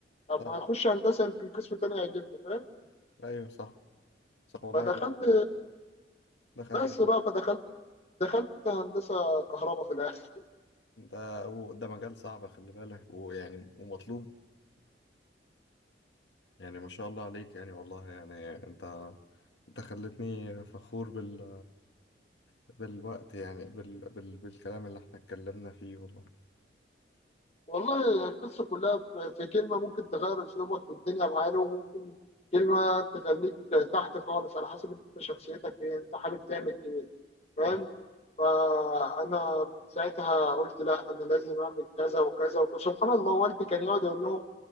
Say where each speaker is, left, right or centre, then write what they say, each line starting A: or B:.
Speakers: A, on the left; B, on the left.
A: طب
B: صح
A: ما اخش هندسه يمكن قسم تاني هيجيبني فاهم
B: ايوه صح صح والله
A: فدخلت
B: دخلت
A: بس بقى فدخلت دخلت هندسه كهرباء في الاخر
B: ده هو- ده مجال صعب خلي بالك ويعني ومطلوب يعني ما شاء الله عليك يعني والله يعني انت انت خلتني فخور بال بالوقت يعني بال... بال... بالكلام اللي احنا اتكلمنا فيه والله
A: والله القصه كلها في في كلمه ممكن تغير اسلوبك في الدنيا معانا وممكن كلمه تخليك تحت خالص على حسب انت شخصيتك ايه انت حابب تعمل ايه فاهم
B: صح
A: فانا ساعتها قلت لا انا لازم اعمل كذا وكذا وسبحان الله والدي كان يقعد يقول لهم